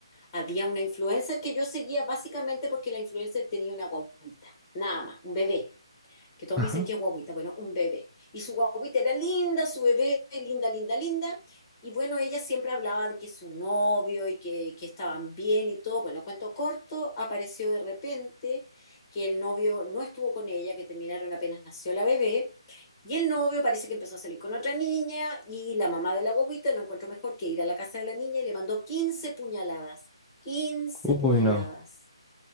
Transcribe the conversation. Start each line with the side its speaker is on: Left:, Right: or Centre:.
Left: Había una influencer que yo seguía básicamente porque la influencer tenía una guaguita, nada más, un bebé que todos
Centre: Ajá.
Left: me dicen que es guaguita, bueno, un bebé. Y su guaguita era linda, su bebé, linda, linda, linda. Y bueno, ella siempre hablaba de que su novio y que, que estaban bien y todo. Bueno, cuento corto, apareció de repente que el novio no estuvo con ella, que terminaron apenas nació la bebé. Y el novio parece que empezó a salir con otra niña y la mamá de la guaguita no encontró mejor que ir a la casa de la niña y le mandó 15 puñaladas. quince
Centre: Uy,
Left: puñaladas.
Centre: no.